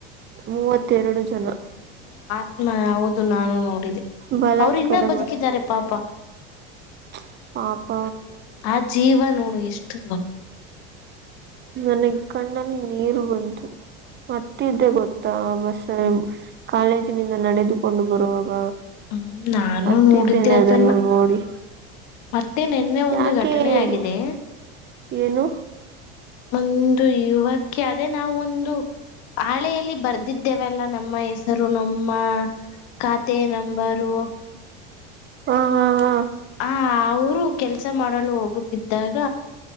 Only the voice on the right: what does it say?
ಮೂವತ್ತೆರಡು ಜನ.
ಬಲಾತ್ಕಾರ
ಹ.
ನನಗ್ ಕಣ್ಣಲ್ಲಿ ನೀರು ಬಂತು ಅತ್ತಿದೇ ಗೊತ್ತಾ. ಬಸ್
ಕಾಲೇಜಿನಿಂದ ನಡೆದುಕೊಂಡು ಬರುವಾಗ.
ಹತ್ತಿದ್ದೇನೆ
ಅದನ್ನು ನೋಡಿ
ಯಾಕೆ
ಎಲ್ ಏನು.
ಹಾ ಹಾ ಹಾ.